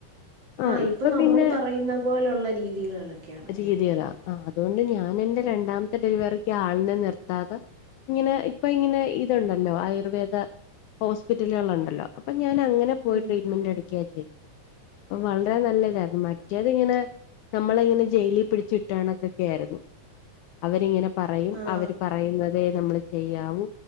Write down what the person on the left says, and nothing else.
ആ
ഇപ്പൊ
പിന്നെ
രീതികളാ ആഹ് അതുകൊണ്ട് ഞാനെന്റെ രണ്ടാമത്തെ ഡെലിവറിക്ക് ആളിനെ നിർത്താതെ. ഇങ്ങനെ ഇപ്പ ഇങ്ങനെ ഇതുണ്ടല്ലോ ആയുർവേദ. ഹോസ്പിറ്റലുകളുണ്ടല്ലോ, അപ്പൊ ഞാൻ അങ്ങനെ പോയി
ട്രീറ്റ്മെന്റ് എടുക്കയാ ചെയ്തേ. അപ്പൊ വളരെ നല്ല ഇതായിരുന്നു, മറ്റേത് ഇങ്ങനെ. നമ്മളെ ഇങ്ങനെ ജയിലിൽ പിടിച്ചിട്ടാണൊക്കൊക്കായിരുന്നു. അവര് ഇങ്ങനെ പറയും
അവര് പറയുന്നതേ നമ്മള് ചെയ്യാവൂ.